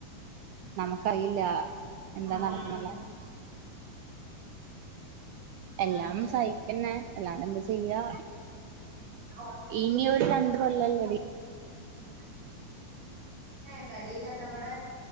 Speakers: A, on the right; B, on the right.
A: നമുക്കറിയില്ല എന്താ
B: ആഹ്
A: നടക്കുന്നല്ലേ എല്ലാം
B: അതെ
A: സഹിക്കുന്നേ അല്ലാണ്ട് എന്താ ചെയ്യാ
B: ഹോസ്പിറ്റലിൽ
A: ഇനി ഒരു രണ്ട് കൊല്ലല്ലോടി
B: ഇ ഏ വെലയില്ലാത്തവിടെ